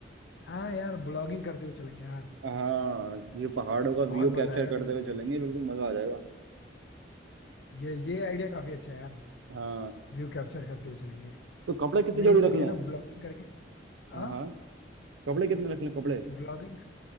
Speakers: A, on the left (about 65°); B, on the right (about 85°).
A: हाँ यार ब्लॉगिंग करते हुए चलेंगे यार
B: हाँ जो पहाड़ों का
A: बहुत
B: व्यू
A: मजा
B: कैप्चर
A: आएगा
B: करते
A: कसम
B: हुए चलेंगे
A: से
B: बिल्कुल मजा आ जाएगा
A: ये ये आइडिया काफी अच्छा है यार
B: हाँ
A: व्यू कैप्चर करते हुए चलेंगे
B: तो कपड़े कितनी
A: मेन
B: जोड़ी
A: चीज
B: रख
A: क्या
B: लें
A: है ना ब्लॉगिंग करके
B: हाँ
A: हाँ
B: हाँ कपड़े कितने रख लें कपड़े
A: ब्लॉगिंग